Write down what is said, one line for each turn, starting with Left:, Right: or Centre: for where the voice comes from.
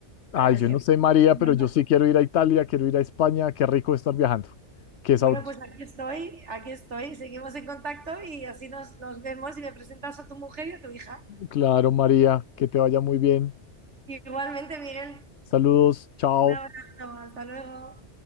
Left: Ay,
Right: Así es
Left: yo
Right: que
Left: no
Right: eso
Left: sé, María,
Right: es
Left: pero
Right: verdad.
Left: yo sí quiero ir a Italia, quiero ir a España. Qué rico estar viajando. Qué
Right: bueno,
Left: sabroso.
Right: pues aquí estoy, aquí estoy, seguimos en contacto y así nos, nos vemos y me presentas a tu mujer y a tu hija.
Left: Claro, María, que te vaya muy bien.
Right: Igualmente, Miguel,
Left: Saludos, chao.
Right: un abrazo, hasta luego.